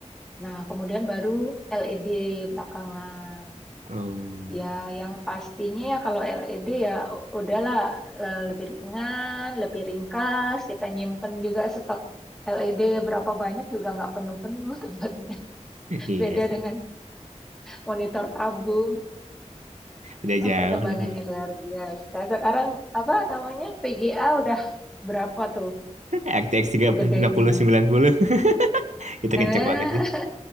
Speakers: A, in the centre; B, on the right (about 70°).
A: Nah, kemudian baru LED belakangan.
B: Oh,
A: Ya, yang pastinya ya kalau LED ya u- udahlah eh, lebih ringan, lebih ringkas. Kita nyimpen juga stok LED berapa banyak juga nggak penuh-penuh tempatnya. <laughs>
B: iya
A: Beda
B: sih.
A: dengan monitor tabung.
B: Udah
A: Wah,
B: jauh
A: perkembangannya
B: lah.
A: luar biasa. Sekarang apa namanya VGA udah berapa tuh
B: <laughs> R T X tiga
A: gedenya?
B: puluh sembilan puluh <laughs> Itu
A: Nah,
B: kenceng banget sih.